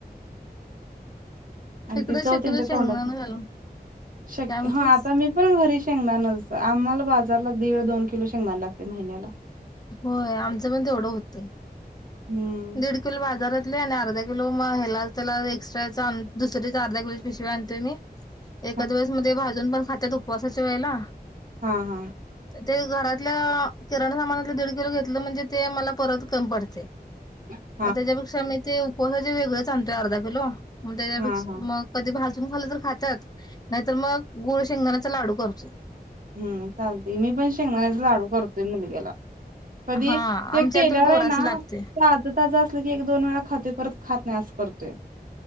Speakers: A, on the right (about 55°); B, on the left (about 25°).
A: आणि
B: तिकडे
A: ती चव
B: शक्यतो
A: त्यांच्या
B: शेंगदाण
A: तोंडातन
B: घालून.
A: शक्य
B: काय म्हटलेस?
A: हा आता मी पण घरी शेंगदानच आम्हाला बाजारला दीड दोन किलो शेंगदान लागते महिन्याला.
B: होय आमच पण तेवढ होतय.
A: हम्म
B: दीड किलो बाजारातले आणि अर्धा किलो म ह्याला त्याला एक्स्ट्राचे आण दुसरीच अर्धा किलोची पिशवी आणतेय मी
A: <unintelligible>
B: एखाद वेळेस म ते भाजून पण खातात उपवासाच्या वेळेला
A: हा, हा
B: ते घरातल्या किराणा सामानातले दीड किलो घेतलं म्हणजे ते मला परत कमी पडतय
A: <inaudible>
B: मग त्याच्यापेक्षा मी ते उपवासाचे वेगळेच आणतोय अर्धा किलो मग त्याच्यापेक्षा
A: हा हा
B: मग कधी भाजून खालं तर खात्यात नाहीतर मग गुळ शेंगदाण्याचा लाडू करतोय
A: हम् चालतय मी पण शेंगदाण्याचा लाडू करतोय मुलग्याला कधी
B: हा
A: ते
B: आमच्यातून
A: केल्यावर
B: पोरासनी
A: आहे ना
B: लागतंय.
A: माझं त्याच अस असलं की एक, दोन वेळा खातोय परत खात नाही अस करतोय